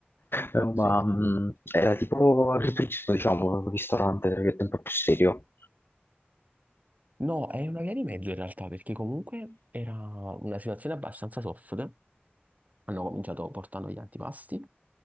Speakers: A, on the left; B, on the right.
A: Eh, Ma
B: Sì.
A: mm, era tipo ripristino, diciamo, un ristorante, tra virgolette, un po' più serio.
B: No, è una via di mezzo in realtà, perché comunque era una situazione abbastanza soft. Hanno cominciato portando gli antipasti,